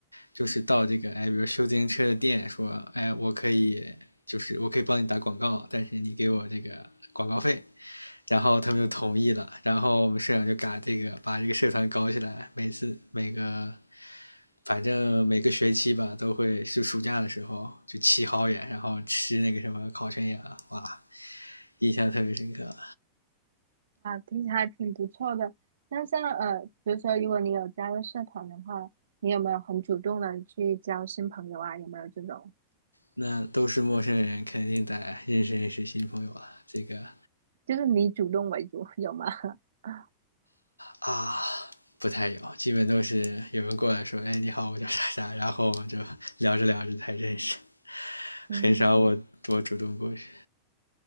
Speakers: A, on the left; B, on the right.
A: 就是到这个哎，比如修自行车的店说，哎，我可以就是我可以帮你打广告，但是你给我这个广告费。然后他们就同意了，然后我们社长就嘎这个把这个社团搞起来，每次每个反正每个学期吧都会是暑假的时候就骑好远，然后吃那个什么烤全羊，哇，印象特别深刻。
B: 听起来还挺不错的。那像呃，比如说，如果你有加入社团的话，你有没有很主动的去交新朋友啊？有没有这种，
A: 那都是陌生人，肯定得认识认识新朋友啊，这个
B: 就是你主动为主，有吗？<laughs>
A: 啊，不太有，基本都是有人过来说：“哎，你好，我叫啥啥。”然后我们就聊着聊着才认识，
B: 嗯，
A: 很少我我主动过去。